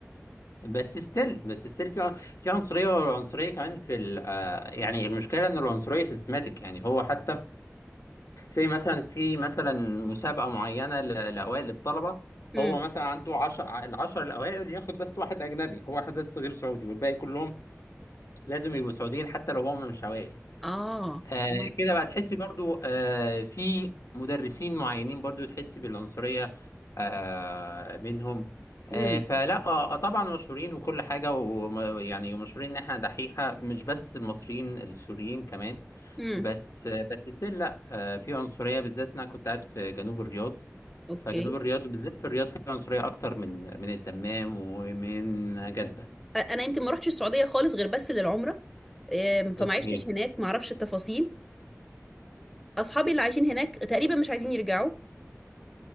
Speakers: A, on the left; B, in the centre.
A: بس ستيل بس ستيل في عن- في عنصرية والعنصرية كمان في ال... آه، يعني المشكلة ان العنصرية سيستماتيك يعني هو حتى زي مثلا في مثلا مسابقة معينة ل- لأوائل الطلبة
B: مم.
A: هو مثلا عنده عشر العشر الأوائل ياخد بس واحد أجنبي هو واحد بس غير سعودي والباقي كلهم لازم يبقوا سعوديين حتى لو هم مش أوائل
B: اه
A: آه
B: مم.
A: كده بقى تحسي برضو آه في مدرسين معينين برضو تحسي بالعنصرية آه منهم آه
B: امم
A: فلا آه آه، طبعا مشهورين وكل حاجة ويعني مشهورين إن إحنا دحيحة مش بس المصريين السوريين كمان
B: مم.
A: بس بس السيل لا آه، في عنصرية بالذات انا كنت قاعد في جنوب الرياض
B: اوكي
A: فجنوب الرياض وبالذات في الرياض في عنصرية اكتر من من الدمام ومن جدة
B: انا يمكن ما رحتش السعوديه خالص غير بس للعمره آم، فما
A: اوكي
B: عشتش هناك ما اعرفش التفاصيل اصحابي اللي عايشين هناك تقريبا مش عايزين يرجعوا